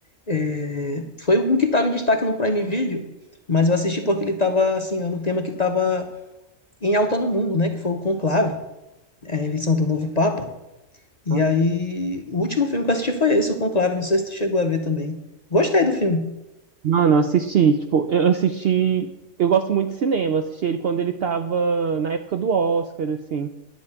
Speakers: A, on the left; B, on the right.
A: é, foi um que tava em destaque no Prime Video, mas eu assisti porque ele tava, assim, era um tema que tava em alta no mundo, né? Que foi o Conclave, a eleição do novo Papa. E
B: Nossa.
A: aí, o último filme que eu assisti foi esse, o Conclave. Não sei se tu chegou a ver também. Gostei do filme.
B: Mano, eu assisti, tipo, eu assisti, eu gosto muito de cinema, eu assisti ele quando ele tava na época do Oscar, assim.